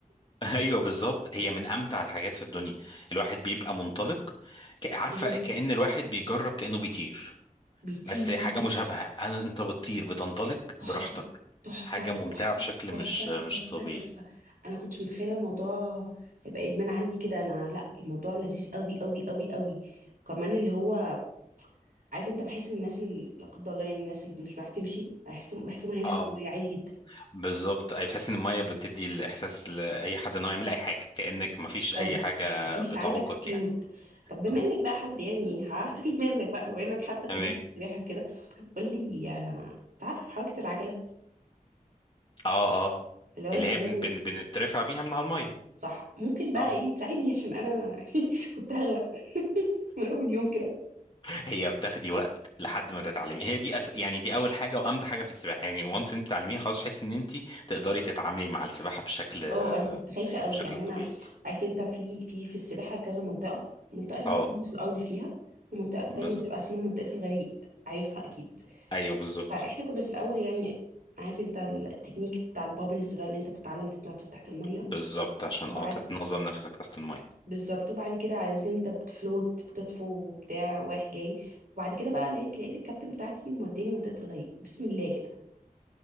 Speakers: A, on the left (about 30°); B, on the right (about 75°).
A: <laughs> ايوه بالظبط هي من امتع الحاجات في الدنيا الواحد بيبقى منطلق ك- عارفه
B: مهم.
A: كأن الواحد بيجرب كأنه بيطير
B: بيطير
A: بس حاجه مشابهه انا انت بتطير بتنطلق
B: تحفة
A: براحتك
B: تحفة
A: حاجه ممتعه
B: تحفة
A: بشكل
B: تحفة
A: مش مش
B: تحفة
A: طبيعي
B: تحفة انا كنتش متخيلة الموضوع هيبقى ادمان عندي كده انا لا الموضوع لذيذ قوي قوي قوي قوي كمان اللي هو عارف انت بحس ان الناس اللي لا قدر الله يعني الناس اللي مش بتعرف تمشي بحسهم بحسهم هيمشوا
A: اه
B: في المية عادي جدا
A: بالظبط ايوه تحس ان الميه بتدي الاحساس لاي حد ان هو يعمل اي حاجه كأنك مفيش اي
B: قوي
A: حاجه
B: مفيش
A: بتعوقك
B: عندك قيود
A: يعني
B: طب بما
A: اه
B: انك بقى حد يعني هستفيد منك بقى بما انك حد
A: تمام
B: خبير سباحة كده قول لي تعرف حركة العجلة
A: اه اه
B: اللي هو انت
A: اللي هي
B: لازم
A: بن بن بنترفع بيها من على الميه
B: صح ممكن بقى
A: اه
B: ايه تساعدني عشان انا <laughs> كنت هغرق <laughs> من اول يوم كده
A: هي بتاخدي وقت لحد ما تتعلمي هي دي أس... يعني دي اول حاجه وامتع حاجه في السباحه يعني وانس انت تتعلميها خلاص تحس ان انت تقدري تتعاملي مع السباحه بشكل
B: اه انا كنت خايفه قوي
A: بشكل
B: يعني
A: طبيعي
B: انا عارف انت في في في السباحه كذا منطقه المنطقه اللي
A: اه
B: انت بتلبس الارض فيها والمنطقه التانية
A: بالظبط
B: بتبقى اسمها منطقه الغريق عارفها اكيد
A: ايوه بالظبط
B: فاحنا كنا في الاول يعني عارف انت التكنيك بتاع البابلز ده اللي انت تتعلم تتنفس تحت الميه
A: بالظبط عشان
B: وبعد
A: اه تتنظم نفسك تحت الميه
B: بالظبط وبعد كده عرفت انت بتفلوت بتطفو وبتاع رايح جاي وبعد كده بقى لقيت لقيت الكابتن بتاعتي موديني منطقه الغريق بسم الله كده